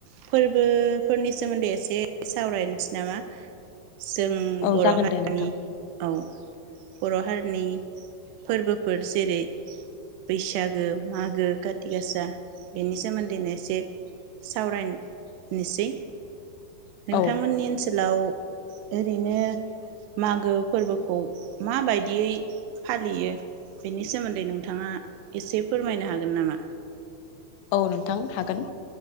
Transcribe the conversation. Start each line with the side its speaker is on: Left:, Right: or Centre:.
Right: फोरबोफोरनि सोमोनदै एसे सावरायनोसै नामा जों
Left: औ
Right: बर'
Left: जागोन
Right: <unintelligible> हारिनि
Left: दे नोंथां
Right: औ बर' हारिनि फोरबोफोर जेरै बैसागो मागो काति गासा बेनि सोमोनदैनो एसे सावरायनिसै नोंथांमोननि
Left: औ
Right: ओनसोलाव ओरैनो मागो फोरबोखौ माबायदियै फालियो बेनि सोमोनदै नोंथाङा एसे फोरमायनो हागोन नामा
Left: औ नोंथां हागोन